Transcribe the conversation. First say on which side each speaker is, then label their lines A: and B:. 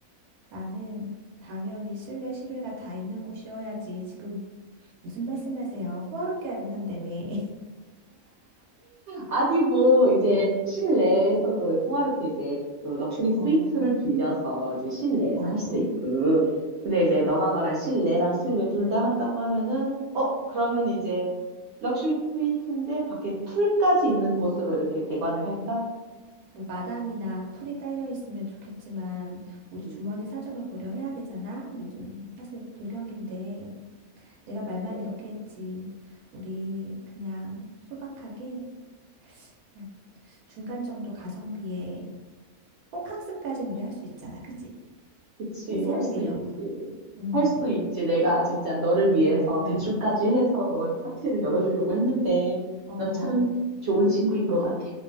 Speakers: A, on the right; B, on the right.
A: 나는 당연히 실내 실외가 다 있는 곳이어야지. 지금 무슨 말씀하세요? 호화롭게 한다며. <laughs>
B: 아니, 뭐, 이제,
A: 어,
B: 실내에서도 호화롭게 이제, 어, 럭셔리 스위트를
A: 어,
B: 빌려서 이제 실내에서
A: 어. 어.
B: 할 수도 있고. 근데 이제, 너가 말한 실내랑 실외 둘 다 한다고 하면은, 어, 그러면 이제, 럭셔리 스위트인데, 밖에 풀까지 있는 곳으로 이렇게 대관을 할까?
A: 뭐 마당이나 풀이 딸려 있으면 좋겠지만 우리
B: 음,
A: 주머니 사정을 고려해야 되잖아. 요즘 사실 불경기인데 내가 말만
B: 어,
A: 이렇게 했지. 우리 그냥 소박하게 그냥 중간 정도 가성비에 호캉스까지는 우리 할 수 있잖아. 그지?
B: 그치,
A: 내 생일
B: 할 수
A: 기념으로.
B: 있지.
A: 음.
B: 할 수 있지. 내가 진짜 너를 위해서
A: 어.
B: 대출까지 해서 너의 파티를 열어주려고 했는데,
A: 어.
B: 넌 참 좋은 친구인 것 같아.